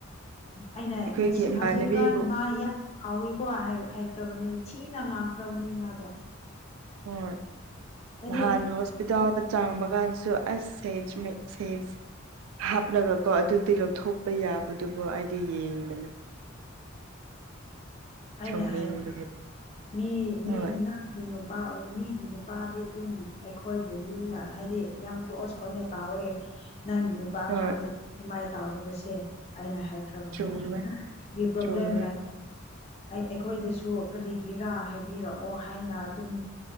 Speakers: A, on the left (about 30°); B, on the right (about 80°).
A: ꯑꯩꯅ
B: ꯑꯩꯈꯣꯏꯒꯤ
A: ꯉꯁꯤ
B: ꯏꯃꯥꯟꯅꯕꯤꯕꯨ
A: ꯍꯧꯖꯤꯛꯀꯥꯟ ꯃꯥ ꯌꯥꯝ ꯍꯥꯎꯋꯤꯀꯣ ꯍꯥꯏꯈ꯭ꯔꯕꯅꯤ ꯊꯤꯅ ꯉꯥꯡꯈ꯭ꯔꯕꯅꯦ ꯃꯥꯗꯣ
B: ꯍꯣꯏ
A: ꯍꯥꯏꯗꯤ
B: ꯅꯍꯥꯟ ꯍꯣꯁꯄꯤꯇꯥꯜ ꯆꯥꯡꯕ ꯀꯥꯟꯁꯨ ꯑꯁ ꯁꯦꯖ ꯁꯦꯖ ꯍꯥꯞꯂꯒꯀꯣ ꯑꯗꯨꯗꯤ ꯂꯧꯊꯣꯛꯄ ꯌꯥꯕꯗꯨꯕꯨ ꯑꯩꯗꯤ ꯌꯦꯡꯕꯅꯤ
A: ꯑꯩꯅ
B: ꯁꯥꯎꯅꯤꯡꯕꯒꯤ
A: ꯍꯥꯏꯈ ꯃꯤ ꯃꯤ
B: ꯍꯣꯏ
A: ꯅꯪ ꯅꯨꯄꯥ ꯑꯣꯏ ꯃꯤꯒꯤ ꯅꯨꯄꯥꯗꯤ ꯑꯗꯨꯝ ꯑꯩꯈꯣꯏꯕꯨ ꯂꯨꯅ ꯍꯥꯏꯗꯤ ꯌꯥꯝ ꯀ꯭ꯂꯣꯁ ꯑꯣꯏꯅ ꯇꯧꯋꯦ ꯅꯪꯒꯤ ꯅꯨꯄꯥ
B: ꯍꯣꯏ
A: ꯈꯥꯛꯇꯅꯤ ꯑꯗꯨꯃꯥꯏ ꯇꯥꯎꯗꯕꯁꯦ ꯍꯥꯏꯅ ꯍꯥꯏ ꯈꯔ꯭ꯕꯅꯦ
B: ꯆꯨꯝꯃꯦ
A: <unintelligible> ꯄꯔꯣꯕꯂꯦꯝ
B: ꯆꯨꯝꯃꯦ
A: ꯑꯩ ꯑꯩꯈꯣꯏꯗꯁꯨ ꯀꯔꯤꯒꯤꯔꯥ ꯍꯥꯏꯕꯤꯔꯛꯑꯣ ꯍꯥꯏꯅ ꯑꯗꯨꯝ